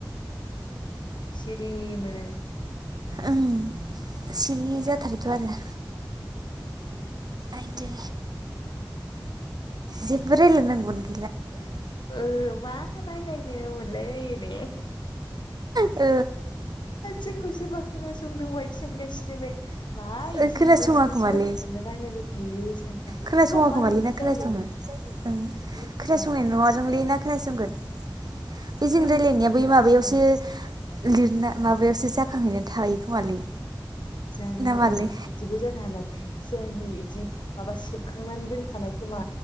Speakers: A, on the left; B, on the right.
A: सिरि मोनो
B: ओम सिरि जाथारोथ' आरो आयदै जिबो रायलाय नांगौआनो गै
A: ओ मा रायलायनो मोनलायलायो ने
B: औ
A: जोंखौ सोरबा खोनासंदोंबा इदि सानगासिनो बे मा
B: आ
A: बिदि
B: खोनासङा
A: मोनसे मोनसे
B: खोमालै
A: बाथ्राखौ खौनो रायलायबाय थायो सानोदां
B: खोनासङा
A: होमबा
B: खोमालै
A: मारैथो
B: ना खोनासङो
A: जायो
B: ओं
A: मिथिया
B: खोनासंनाय नंङादांलै ना खोनासंगोन बे
A: खोनासङोना
B: जोंनि रायलायनाया बै माबायावसो
A: सोरबाथाय
B: लिरना माबायावसो जि थांहैना थाहैयो खोमालै
A: जानो
B: ना मालै
A: ओं बिदिबो जानो हानाय सिगांनि बिदि माबा सेबखांनानै दोनखानाय खोमा